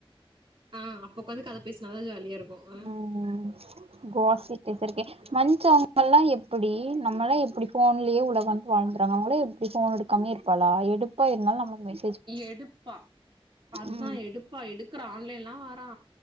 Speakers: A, on the right; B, on the right.
A: ஆ அப்ப ஒக்காந்து கத பேசனாதா ஜாலியா இருக்கு
B: <unintelligible>
A: ஆ
B: மஞ்சி அவுங்கல்லா எப்டி நம்மல்லா எப்டி ஃபோன்லயே உலகன்னுட்டு வாழ்ந்துறாங்க அவுங்கள்ல எப் எப்டி ஃபோன் எடுகாமலே இருப்பாள எடுப்பா இருந்தாலு நம்மளுக் மெசே
A: எடுப்பா அதா
B: ம்
A: எடுப்பா எடுக்கற ஆன்லைன்லலா வாறா